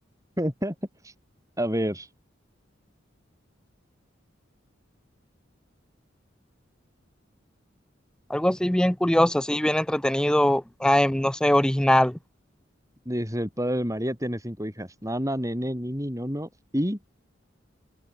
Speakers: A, on the right; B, in the centre.
A: <laughs> A ver,
B: Algo así bien curioso, así bien entretenido. ay, no sé, original.
A: dice el padre de María tiene cinco hijas. Nana, nene, nini, nono y...